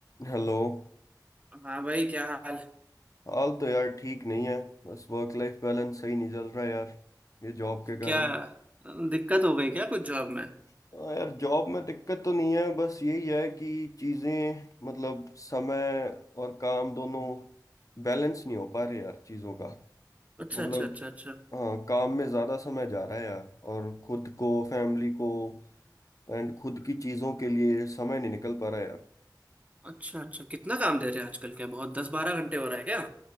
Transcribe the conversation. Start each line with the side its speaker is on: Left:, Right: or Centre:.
Left: हेलो
Right: हाँ भाई क्या हाल
Left: हाल तो यार ठीक नहीं है बस वर्क लाइफ बैलेंस सही नहीं चल रहा यार ये जॉब के कारण
Right: क्या दिक्कत हो गई क्या कुछ जॉब में
Left: हाँ यार जॉब में दिक्कत तो नहीं है बस यही है कि चीज़ें मतलब समय और काम दोनों बैलेंस नहीं हो पा रहे यार चीज़ों का
Right: अच्छा
Left: मतलब
Right: अच्छा अच्छा अच्छा
Left: हाँ काम में ज़्यादा समय जा रहा है यार और खुद को फैमिली को एंड खुद की चीज़ों के लिए समय नहीं निकल पा रहा है यार
Right: अच्छा अच्छा कितना काम दे रहे हैं आजकल क्या बहुत दस बारह घंटे हो रहा है क्या